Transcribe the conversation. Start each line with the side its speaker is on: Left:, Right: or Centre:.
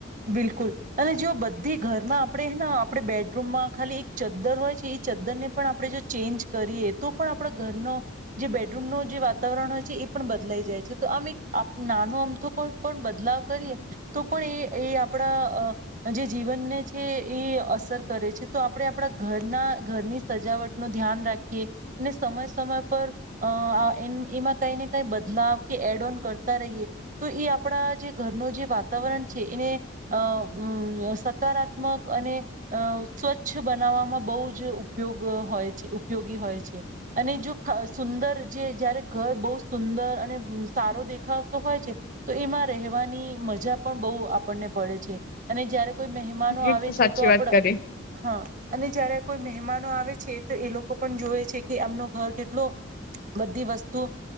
Right: બિલકુલ અને જો બધી ઘરમાં આપણેેને આપણે બેડરૂમમાં ખાલી એક ચદ્દર હોય છે, એ ચદ્દરને પણ આપણે જો ચેન્જ કરીએ તો પણ આપણા ઘરનો જે બેડરૂમ ન જે વાતાવરણ હોય છે, એ પણ બદલાઈ જાય છે, તો આમ નાનો આમ તો કોઈ પણ બદલાવ કરીએ તો પણ એ એ આપણા જે જીવનને છે, એ અસર કરે છે તો આપણે આપણા ઘરના ઘરની સજાવટ ન ધ્યાન રાખીએ સમય સમય પર અ એમાં, કઈ ને કઈ બદલાવ કે એડ ઓન કરતા રહીએ તો એ આપણા જે ઘરનું જે વાતાવરણ છે એને અ સકારાત્મક અને અ સ્વચ્છ બનાવવામાં બહુ જ ઉપયોગ હોય છે ઉપયોગી હોય છે, અને જો સુંદર જે જયારે ઘર બહુ સુંદર અને સારો દેખાતો હોય છે તો એમાં રહેવાની મજા પણ બહુ આપણને પડે છે, અને જયારે કોઈ મહેમાનો આવે
Left: એ સાચી
Right: છે, તો આપડ
Left: વાત કરી.
Right: હા અને જયારે કોઈ મહેમાનો આવે છે તો એ લોકો પણ જોવે છે કે આમનો ઘર કેટલો બધી વસ્તુ